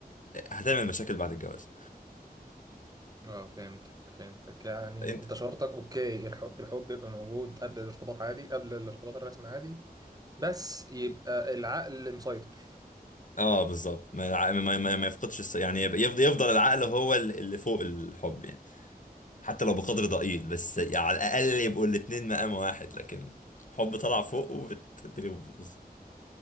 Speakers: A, on the left; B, on the right.
A: هتعمل مشاكل بعد الجواز
B: <laughs> اه فهمتك فهمتك يعني
A: انت
B: انت شرطك اوكي الحب الحب بيبقى موجود قبل الارتباط عادي قبل الارتباط الرسمي عادي بس يبقى العقل مسيطر
A: اه بالظبط ما, الع- ما, ما, ما يفقدش الص- يعني يفضل, يفضل العقل هو ال- اللي فوق الحب يعني حتى لو بقدر
B: امم
A: ضئيل بس يعني على الاقل يبقوا الاتنين مقام واحد لكن حب طلع فوق وبالتدريب بوظ